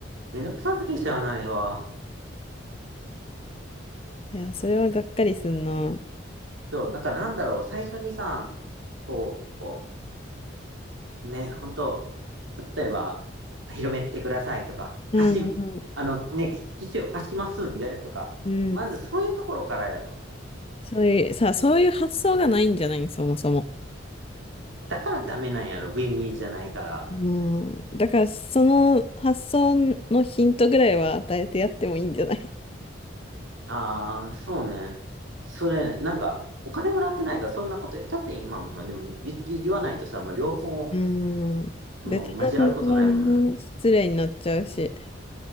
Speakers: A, on the right; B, on the left.
A: う、めんどくさくてしゃあないわ。
B: いや、それはがっかりすんな。
A: そう、だからなんだろう、最初にさ、こう、ね、本当例えば、広めてくださいとか、
B: うん、
A: 貸し、
B: うん、
A: あのね、機種を貸しますんでとか、
B: うん。
A: まずそういうところからやろ。
B: そういう、さ、そういう発想がないんじゃないそもそも。
A: だからダメなんやろ、ウィンウィンじゃないから。
B: うん。だから、その発想のヒントぐらいは与えてやってもいいんじゃない
A: ああ、そうね。それ、なんか、お金もらってないから、そんなこと言っちゃっていい、まあまあでも言、言言わないとさ、もう両方、
B: うん。<laughs>
A: もう交わることないもんな。
B: ベトナム側にな失礼になっちゃうし。